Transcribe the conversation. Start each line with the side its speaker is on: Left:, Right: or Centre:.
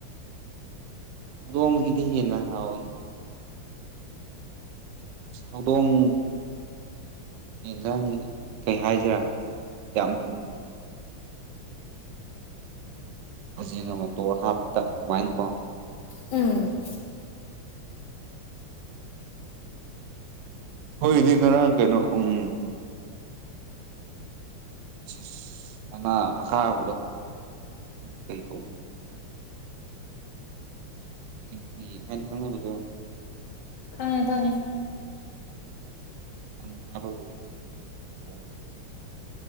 Right: ꯍꯧꯗꯣꯡꯒꯤꯗꯤ ꯍꯦꯟꯅ ꯍꯥꯎꯋꯦ꯫ ꯍꯧꯗꯣꯡ꯫ ꯌꯦꯡꯁꯥꯡ ꯀꯩ ꯍꯥꯏꯁꯤꯔꯥ ꯌꯥꯝ ꯊꯨꯝꯕꯗꯣ꯫ ꯐꯖꯤꯅ ꯃꯇꯣꯔ ꯍꯥꯞꯄꯗ ꯑꯗꯨꯃꯥꯏꯅ ꯀꯣ꯫
Left: ꯎꯝ꯫
Right: ꯑꯈꯣꯏꯒꯤꯗꯤ ꯉꯔꯥꯡ ꯀꯩꯅꯣ ꯎꯝ꯫ ꯑꯁ ꯃꯅꯥ ꯑꯀꯥꯕꯗꯣ ꯀꯩ ꯀꯧꯕꯅꯣ ꯈꯥꯡ ꯇꯤꯕꯨꯏ ꯍꯥꯏꯅ ꯈꯪꯅꯕꯗꯣ꯫
Left: ꯈꯪꯉꯦ ꯈꯪꯉꯦ꯫
Right: <unintelligible> ꯂꯣꯏꯔꯦ